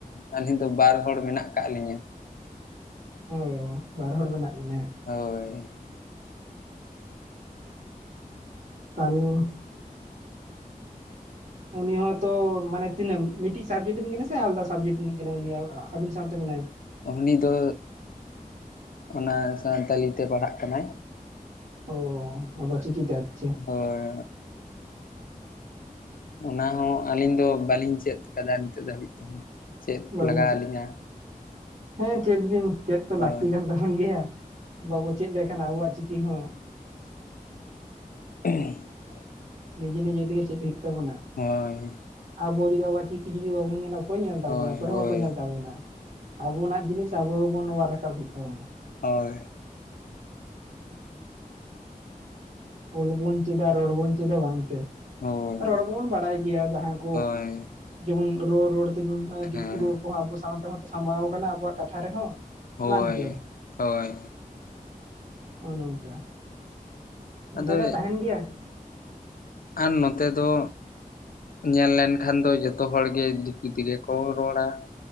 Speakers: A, on the left; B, on the right.
A: ᱟᱹᱞᱤᱧ ᱫᱚ ᱵᱟᱨ ᱦᱚᱲ ᱢᱮᱱᱟᱜ ᱠᱟᱜ ᱞᱤᱧᱟᱹ᱾
B: ᱚ ᱵᱟᱨ ᱦᱚᱲ ᱢᱮᱱᱟᱜ ᱵᱤᱱᱟ?
A: ᱦᱳᱭ᱾
B: <unintelligible> ᱩᱱᱤ ᱦᱚᱸᱛᱚ ᱢᱟᱱᱮ ᱛᱤᱱᱟᱹᱜ ᱢᱤᱫᱴᱤᱡ ᱥᱟᱵᱡᱮᱠᱴ ᱠᱟᱱᱟ ᱥᱮ ᱟᱞᱟᱫᱟ ᱥᱟᱵᱡᱮᱠᱴ? <unintelligible> ᱟᱵᱤᱱ ᱥᱟᱶᱛᱮ ᱢᱮᱱᱟᱭ ᱾
A: ᱩᱦᱩᱱᱤ ᱫᱚ ᱚᱱᱟ ᱥᱟᱱᱛᱟᱲᱤ ᱛᱮ ᱯᱟᱲᱦᱟᱜ ᱠᱟᱱᱟᱭ ᱾
B: ᱚ ᱟᱵᱚ ᱪᱤᱠᱤᱛᱮ ᱟᱪᱪᱷᱟ ᱾
A: ᱦᱳᱭ ᱚᱱᱟ ᱦᱚᱸ ᱟᱹᱞᱤᱧ ᱫᱚ ᱵᱟᱹᱞᱤᱧ ᱪᱮᱫ ᱟᱠᱟᱫᱟ ᱱᱤᱛᱚᱜ ᱫᱷᱟᱹᱵᱤᱡ ᱛᱮᱦᱚᱸ ᱪᱮᱫ
B: ᱵᱟᱵᱤᱱ
A: ᱞᱟᱜᱟᱣ
B: ᱪᱮᱫ
A: ᱟᱹᱞᱤᱧᱟ?
B: ᱦᱮᱸ ᱪᱮᱫ ᱵᱤᱱ ᱪᱮᱫ ᱛᱚ
A: ᱦᱳᱭ
B: ᱞᱟᱹᱠᱛᱤ ᱠᱟᱱ ᱛᱟᱵᱚᱱ ᱜᱮᱭᱟ ᱵᱟᱵᱚ ᱪᱮᱫ ᱞᱮᱠᱷᱟᱜ ᱟᱵᱚᱣᱟᱜ ᱪᱤᱠᱤ ᱦᱚᱸ
A: <unintelligible>
B: ᱱᱤᱡᱮ ᱱᱤᱡᱮ ᱛᱮᱜᱮ ᱪᱮᱫ ᱦᱩᱭᱩᱜ ᱛᱟᱵᱚᱱᱟ ᱾
A: ᱦᱳᱭ ᱾
B: ᱟᱵᱚ ᱡᱩᱫᱤ ᱟᱵᱚᱜ ᱪᱤᱠᱤ ᱡᱩᱫᱤ ᱵᱟᱵᱚᱱ ᱧᱮᱞᱟ, ᱚᱠᱚᱭ ᱧᱮᱞ ᱛᱟᱵᱚᱱᱟ
A: ᱦᱳᱭ
B: ᱚᱠᱚᱭ
A: ᱦᱳᱭ ᱦᱳᱭ
B: ᱦᱚᱸ ᱵᱟᱠᱚ ᱧᱮᱞ ᱛᱟᱵᱚᱱᱟ ᱟᱵᱚᱱᱟᱜ ᱡᱤᱱᱤᱥ ᱟᱵᱚ ᱜᱮᱵᱚᱱ ᱚᱭᱟᱹᱨ ᱨᱟᱠᱟᱵ ᱦᱩᱭᱩᱜ ᱛᱟᱵᱚᱱᱟ ᱾
A: ᱦᱳᱭ ᱾
B: ᱚᱞ ᱵᱚᱱ ᱪᱮᱫᱟ ᱨᱚᱲ ᱵᱚᱱ ᱪᱮᱫᱟ ᱵᱟᱝᱛᱮ
A: ᱦᱳᱭ
B: ᱨᱚᱲ ᱵᱚᱱ ᱵᱟᱲᱟᱭ ᱜᱮᱭᱟ ᱡᱟᱦᱟᱸ ᱠᱚ
A: ᱦᱳᱭ
B: ᱡᱮᱢᱚᱱ ᱨᱚᱲ ᱨᱚᱲ ᱛᱮ ᱡᱮᱢ ᱫᱤᱠᱩ
A: ᱦᱮᱸ
B: ᱨᱚᱲ ᱠᱚᱦᱚᱸ ᱟᱵᱚ ᱥᱟᱶ ᱛᱮᱦᱚᱛᱚ ᱥᱟᱢᱵᱟᱣ ᱠᱟᱱᱟ ᱟᱵᱚᱣᱟᱜ ᱠᱟᱛᱷᱟ ᱨᱮᱦᱚᱸ
A: ᱦᱳᱭ
B: ᱵᱟᱝᱛᱮ
A: ᱦᱳᱭ
B: ᱱᱚᱜᱼᱚ ᱱᱚᱝᱠᱟ ᱾ ᱚᱱᱠᱟ
A: ᱟᱫᱚ
B: ᱜᱮ ᱛᱟᱦᱮᱱ ᱜᱮᱭᱟ ᱾
A: ᱟᱨ ᱱᱚᱛᱮ ᱫᱚ ᱧᱮᱞ ᱞᱮᱱᱠᱷᱟᱱ ᱫᱚ ᱡᱚᱛᱚ ᱦᱚᱲ ᱜᱮ ᱫᱤᱠᱤ ᱛᱮᱜᱮ ᱠᱚ ᱨᱚᱲᱟ ᱾